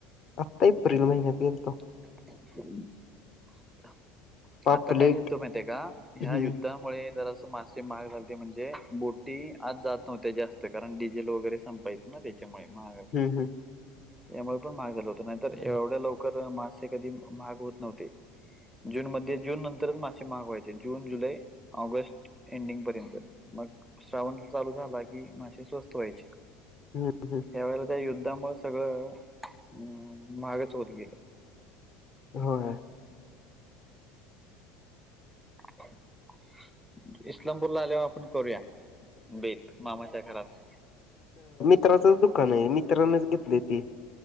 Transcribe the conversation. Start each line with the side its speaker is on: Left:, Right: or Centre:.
Left: आत्ता एप्रिल
Centre: <unintelligible>
Left: महिन्यात गेलतो पापलेट
Centre: आता काय झालतं माहिती आहे का ह्या
Left: हम्म.
Centre: युद्धा मुळे जरासं मासे महाग झालंते म्हणजे बोटी आत जात नव्हत्या जास्त कारण डिजेल वगैरे संपायच. मग त्याच्यामुळे महाग
Left: हम्म.
Centre: त्यामुळे पण महाग झालं होत नाहीतर एवढ्या लवकर मासे कधी महाग होत नव्हते. जून मध्ये जून नंतरच मासे महाग व्हयंचे जून, जुलै, ऑगस्ट एंडिंग पर्यंत मग श्रावण चालू झाला की मासे स्वस्त व्हायचे.
Left: हम्म. हम्म.
Centre: ह्या वेळेला त्या युद्धा मुळ सगळं अं महागच होत गेलं.
Left: व्हय.
Centre: <unintelligible> इस्लामपूरला आल्यावर आपण करूया बेत. मामाच्या घरात.
Left: मित्राचच दुकान आहे मित्रानच घेतले ते